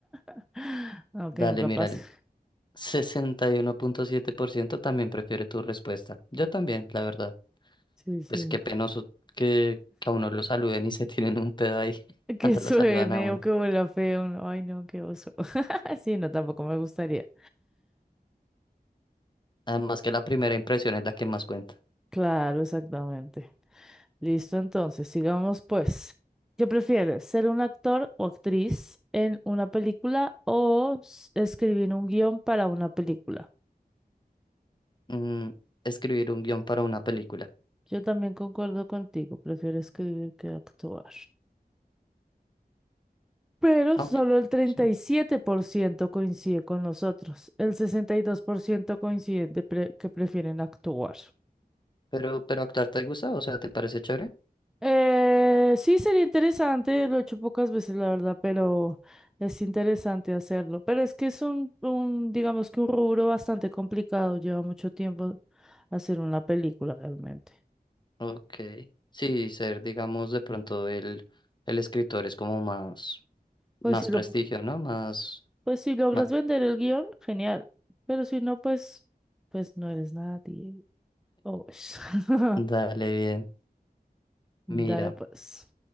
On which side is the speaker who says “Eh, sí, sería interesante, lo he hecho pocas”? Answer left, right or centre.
Centre